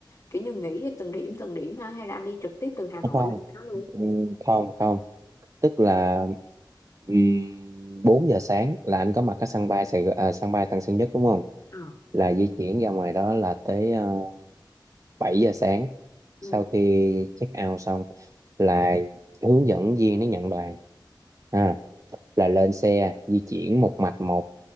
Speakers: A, on the left; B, on the right.
A: kiểu như nghỉ từng điểm từng điểm ha hay là anh đi trực tiếp từ Hà Nội
B: không
A: lên cho nó luôn
B: ừm, không không tức là um, 4 giờ sáng là anh có mặt ở sân bay Sài Gòn, à, sân bay Tân Sơn Nhất đúng không
A: Ờ,
B: là di chuyển ra ngoài đó là tới uh, 7 giờ sáng
A: ừ.
B: sau khi check out xong là hướng dẫn viên nó nhận đoàn à, là lên xe di chuyển một mạch một